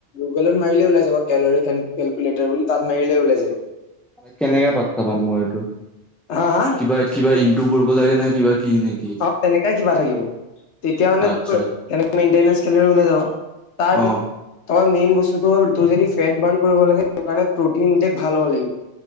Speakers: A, on the left; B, in the centre.
A: গুগলত মাৰিলে ওলাই যাব, কেলৰি কেলকুলেটাৰ বুলি তাত মাৰিলে ওলাই যাব।
B: কেনেকে পাত্তা পাম মই এইটো?
A: হা হা
B: কিবা - কিবা ইনটু কৰিব লাগে নাই কিবা কি নেকি
A: অ' তেনেকাই কিবা থাকিব। তেতিয়া মানে তোৰ
B: আচ্ছা
A: <unintelligible> মেইনটেনেঞ্চ কেল'ৰি ওলাই যাব
B: অ
A: অ মেইন বস্তু টো হ'ল তোৰ যদি ফেট বাৰ্ণ কৰিব লাগে তো কাৰণে প্ৰ'টিন ইনটেক ভাল হ'ব লাগিব।